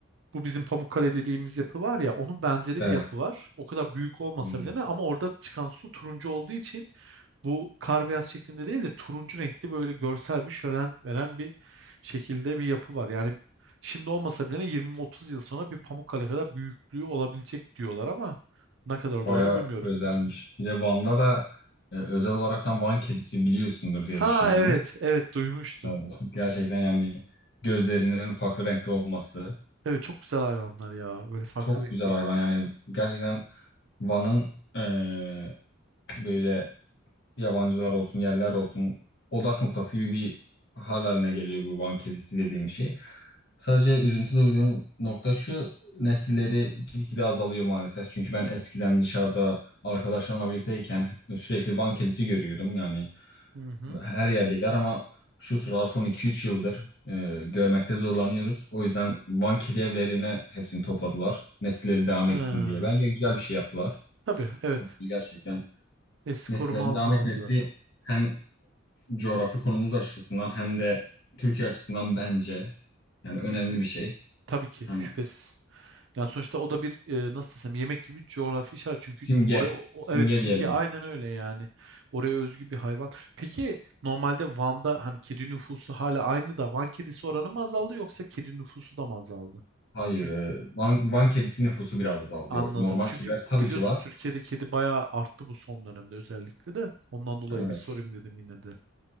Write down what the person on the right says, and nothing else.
bu bizim Pamukkale dediğimiz yapı var ya onun benzeri
bir yapı var. O kadar büyük olmasa
bile ne ama orada çıkan su turuncu olduğu için bu kar beyaz şeklinde değil de turuncu renkli böyle görsel bir şölen veren bir şekilde bir yapı var. Yani şimdi olmasa bile 20-30 yıl sonra bir Pamukkale kadar büyüklüğü olabilecek diyorlar ama ne kadar
doğru bilmiyorum.
Ha
evet evet duymuştum.
Evet çok güzel hayvanlar ya böyle farklı
renkli.
Hı hı.
Ha,
tabii evet.
Nesli
koruma altına
aldılar.
Hı hı.
Tabii ki
şüphesiz. Yani sonuçta o da bir e, nasıl desem yemek gibi bir coğrafi işaret. Çünkü
oraya o-
o- evet simge
aynen öyle yani. Oraya özgü bir hayvan. Peki normalde Van'da hani kedi nüfusu hala aynı da Van kedisi oranı mı azaldı yoksa kedi nüfusu da mı azaldı?
Çünkü
anladım.
Çünkü
biliyorsun
Türkiye'de kedi bayağı arttı bu son dönemde özellikle de. Ondan dolayı
bir sorayım dedim yine de.